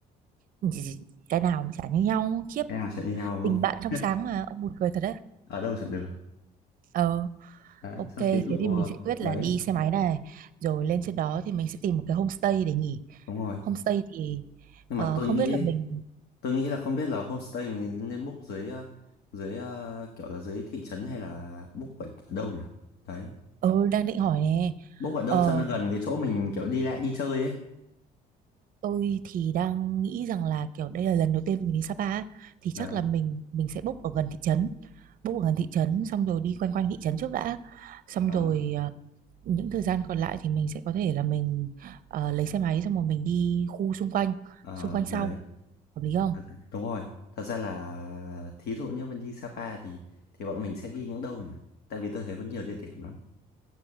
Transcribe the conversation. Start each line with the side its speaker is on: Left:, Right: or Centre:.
Right: Gì- Cái nào mà chả như nhau khiếp.
Left: cái nào sẽ như nhau đúng
Right: Tình
Left: không
Right: bạn trong sáng mà ông buồn cười thật đấy.
Left: ở đâu chẳng được
Right: Ờ
Left: đấy
Right: ok
Left: xong
Right: thế
Left: thí dụ
Right: thì mình
Left: ờ,
Right: sẽ quyết
Left: đấy
Right: là đi xe máy này rồi lên trên đó thì mình sẽ tìm một cái homestay để nghỉ.
Left: đúng rồi
Right: Homestay thì
Left: nhưng
Right: ờ,
Left: mà tôi
Right: không
Left: nghĩ
Right: biết là mình
Left: tôi nghĩ là không biết là homestay mình nên book dưới ờ, dưới ờ, kiểu là dưới thị trấn hay là book ở, ở đâu nhỉ đấy
Right: ừ, đang định hỏi nè.
Left: book ở đâu
Right: Ờ,
Left: cho nó gần cái chỗ mình kiểu đi lại đi chơi ấy
Right: Tôi thì đang nghĩ rằng là kiểu đây là lần đầu tiên mình đi Sapa ấy, thì
Left: đấy
Right: chắc là mình mình sẽ book ở gần thị trấn. Book ở gần thị trấn xong rồi đi quanh quanh thị trấn trước đã. Xong
Left: ờ
Right: rồi à, những thời gian còn lại thì mình sẽ có thể là mình à, lấy xe máy xong rồi mình đi khu xung quanh,
Left: ờ
Right: xung quanh sau.
Left: đấy
Right: Hợp lý không?
Left: Thật- đúng rồi thật ra là thí dụ như mình đi Sapa thì thì bọn mình sẽ đi những đâu nhỉ tại vì tôi thấy có nhiều địa điểm lắm